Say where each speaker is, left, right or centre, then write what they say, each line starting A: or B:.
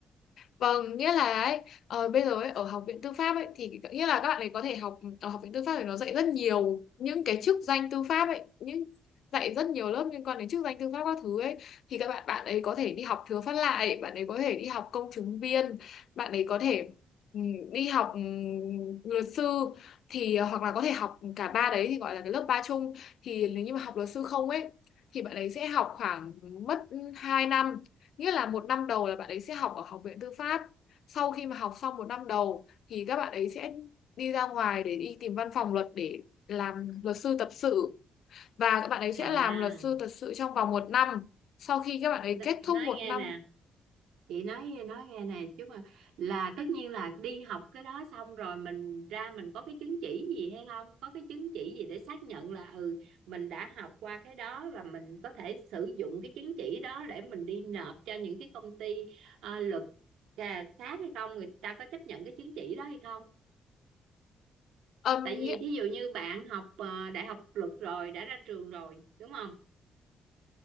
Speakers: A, on the left (about 70°); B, on the right (about 85°).
A: vâng nghĩa là ấy ờ, bây giờ ấy, ở học viện tư pháp ấy thì nghĩa là các bạn ấy có thể học ở học viện tư pháp thì nó dạy rất nhiều những cái chức danh tư pháp ấy những dạy rất nhiều lớp liên quan đến chức danh tư pháp các thứ ấy thì các bạn bạn ấy có thể đi học thừa phát lại bạn ấy có thể đi học công chứng viên bạn ấy có thể ừ, đi học ừ, luật sư thì ờ, hoặc là có thể học cả ba đấy thì gọi là cái lớp ba chung thì nếu như mà học luật sư không ấy thì bạn ấy sẽ học khoảng mất hai năm Nghĩa là một năm đầu là bạn ấy sẽ học ở học viện tư pháp. Sau khi mà học xong một năm đầu thì các bạn ấy sẽ đi ra ngoài để đi tìm văn phòng luật để làm luật sư tập sự. Và các bạn ấy
B: à
A: sẽ làm luật sư tập sự trong vòng một năm. Sau khi các bạn ấy
B: n-
A: kết thúc
B: nói
A: một
B: nghe
A: năm,
B: nè chị nói nói nghe nè chứ mà là tất nhiên là đi học cái đó xong rồi mình ra mình có cái chứng chỉ gì hay không có cái chứng chỉ gì để xác nhận là ừ mình đã học qua cái đó và mình có thể sử dụng cái chứng chỉ đó để mình đi nộp cho những cái công ty ờ, luật à, khác hay không người ta có chấp nhận cái chứng chỉ đó hay không
A: âm
B: tại vì
A: nghĩa
B: thí dụ như bạn học ờ, đại học luật rồi đã ra trường rồi đúng không